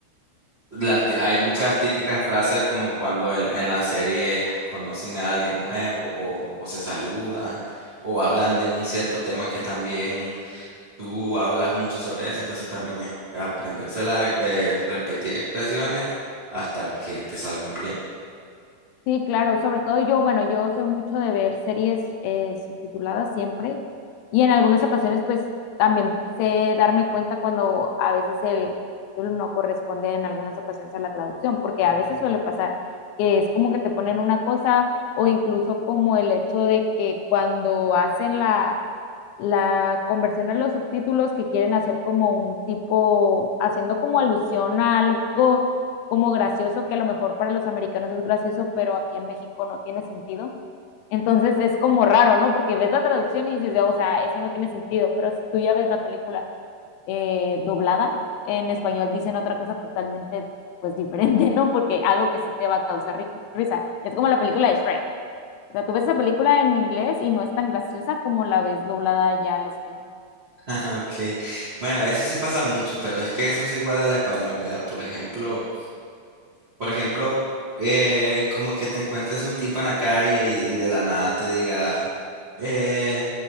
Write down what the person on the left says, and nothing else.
Sí, claro, sobre todo yo, bueno, yo soy mucho de ver series eh, subtituladas siempre y en algunas ocasiones pues también sé darme cuenta cuando a veces el subtítulo no corresponde en algunas ocasiones a la traducción, porque a veces suele pasar que es como que te ponen una cosa o incluso como el hecho de que cuando hacen la, la conversión a los subtítulos que quieren hacer como un tipo, haciendo como alusión a algo como gracioso, que a lo mejor para los americanos es gracioso, pero aquí en México no tiene sentido. Entonces es como raro, ¿no? Porque ves la traducción y dices, o sea, eso no tiene sentido, pero si tú ya ves la película eh, doblada, en español dicen otra cosa totalmente pues diferente, ¿no? Porque algo que sí te va a causar ri risa. Es como la película de Shrek. O sea, tú ves esa película en inglés y no es tan graciosa como la ves doblada ya al español.